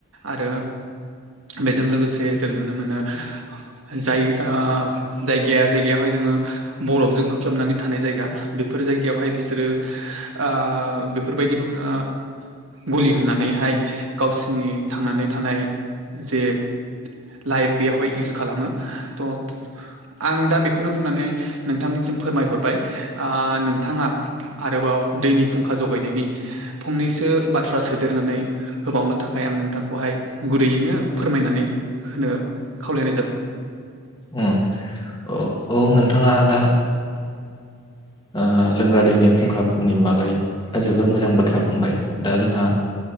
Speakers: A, on the right; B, on the left.
A: आरो बेजों लोगोसे जों नुनो मोनो जाय जायगाया जायगायावहाय जोङो बरफजों खोख्लोमनानै थानाय जायगा बेफोर जायगायावहाय बिसोरो आ बेफोरबायदिखौनो गलि होनानैहाय गावसिनि थांनानै थानाय जे लाइफ बेयावहाय इउस खालामो त' आं दा बेखौनो बुंनानै नोंथांनिसिम फोरमायहरबाय आ नोंथाङा आरोबाव दैनि फुंखा जगायनायनि फंनैसो बाथ्रा सोदेरनानै होबावनो थाखाय आं नोंथांखौहाय गुरैयैनो फोरमायनानै होनो खावलायनाय जाबाय
B: अ ओ औ नोंथाङा दा दा लोंग्रा दैनि फुंखाफोरनि बागै जोबोर मोजां बाथ्रा बुंबाय दा जोंहा